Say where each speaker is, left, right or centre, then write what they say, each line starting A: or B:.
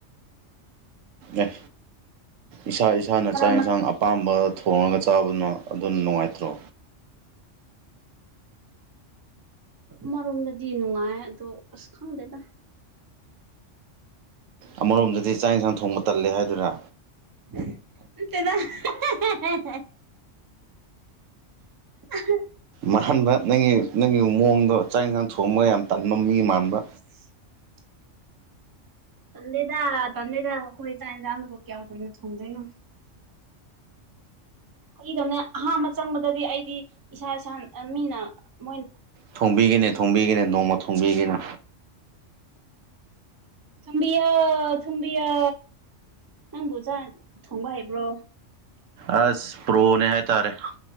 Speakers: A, on the right; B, on the right.
A: ꯑꯦ ꯏꯁꯥ ꯏꯁꯥꯅ
B: ꯃꯔꯛ
A: ꯆꯥꯛ ꯌꯦꯟꯁꯥꯡ꯫
B: ꯃꯔꯛ
A: ꯑꯄꯥꯝꯕ ꯊꯣꯡꯉꯒ ꯆꯥꯕꯗꯨꯅ ꯑꯗꯨꯅ ꯅꯨꯡꯉꯥꯏꯇ꯭ꯔꯣ꯫
B: ꯑꯃꯔꯣꯝꯗꯗꯤ ꯅꯨꯡꯉꯥꯏ ꯑꯗꯣ ꯑꯁ ꯈꯪꯗꯦꯗ꯫
A: ꯑꯃꯔꯣꯝꯗꯗꯤ ꯆꯥꯛ ꯌꯦꯟꯁꯥꯡ ꯊꯣꯡꯕ ꯇꯜꯂꯦ ꯍꯥꯏꯗꯨꯔ꯫
B: ꯅꯥꯠꯇꯦꯗ ꯍꯦ ꯍꯦ ꯍꯦ꯫ ꯑꯍꯥ꯫
A: ꯃꯍꯥꯟꯕ ꯅꯪꯒꯤ ꯅꯪꯒꯤ ꯃꯑꯣꯡꯗꯣ ꯆꯥꯛ ꯏꯟꯁꯥꯡ ꯊꯣꯡꯕꯒ ꯌꯥꯝ ꯇꯟꯕ ꯃꯤ ꯃꯥꯟꯕ꯫
B: <inaudible> ꯇꯟꯗꯦꯗ ꯇꯟꯗꯦꯗ ꯑꯩꯈꯣꯏ ꯆꯥꯛ ꯏꯟꯖꯥꯡꯕꯨ ꯀꯌꯥꯝ ꯀꯨꯏꯅ ꯊꯣꯡꯗꯣꯏꯅꯣ꯫ ꯃꯤꯗꯧꯅꯦ ꯑꯍꯥꯟꯕ ꯆꯪꯕꯗꯗꯤ ꯑꯩꯗꯤ ꯏꯁꯥ ꯏꯁꯥ ꯃꯤꯅ ꯃꯣꯏ꯫
A: ꯊꯣꯡꯕꯤꯒꯤꯅꯦ ꯊꯣꯡꯕꯤꯒꯤꯅꯦ ꯅꯣꯡꯃ ꯊꯣꯡꯕꯤꯒꯤꯅꯦ꯫
B: ꯊꯨꯝꯕꯤꯌꯣ ꯊꯨꯝꯕꯤꯌꯣ ꯅꯪꯕꯨ ꯆꯥ ꯊꯣꯡꯕ ꯍꯩꯕ꯭ꯔꯣ꯫
A: ꯑꯁ ꯄ꯭ꯔꯣꯅꯦ ꯍꯥꯏꯇꯥꯔꯦ